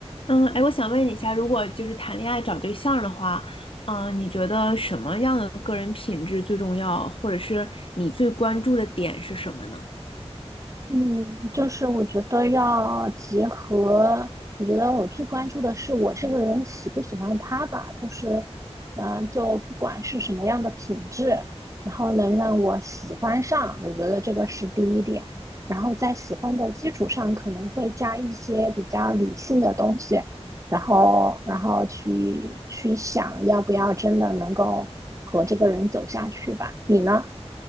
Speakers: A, on the left (about 55°); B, on the right (about 30°).
A: 嗯，哎，我想问你一下，如果就是谈恋爱找对象的话，嗯、你觉得什么样的个人品质最重要，或者是你最关注的点是什么呢？
B: 嗯，就是我觉得要结合，我觉得我最关注的是我这个人喜不喜欢他吧，就是，嗯、就不管是什么样的品质，然后能让我喜欢上，我觉得这个是第一点，然后在喜欢的基础上，可能会加一些比较理性的东西，然后，然后去去想要不要真的能够和这个人走下去吧，你呢？